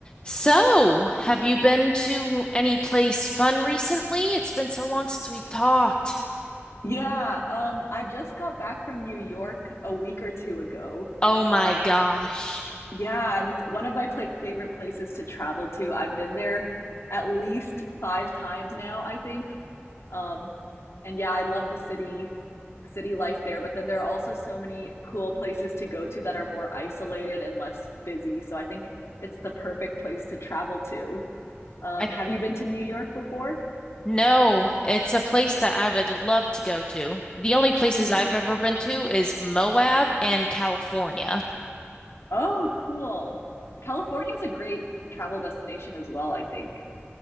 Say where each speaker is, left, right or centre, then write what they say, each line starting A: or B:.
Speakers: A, on the left; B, on the left.
A: So, have you been to any place fun recently? It's been so long since we've talked.
B: Yeah, um, I just got back from New York a week or two ago.
A: Oh my
B: Um,
A: gosh.
B: yeah, and it's one of my pla favorite places to travel to. I've been there at least five times now, I think. Um, and yeah, I love the city, city life there. But then there are also so many cool places to go to that are more isolated and less busy. So I think it's the perfect place to travel to. Um,
A: I
B: have you been to New York before?
A: no, it's a place that I would love to go to. The only places
B: Mhm.
A: I've ever been to is Moab and California.
B: Oh, cool. California is a great travel destination as well, I think.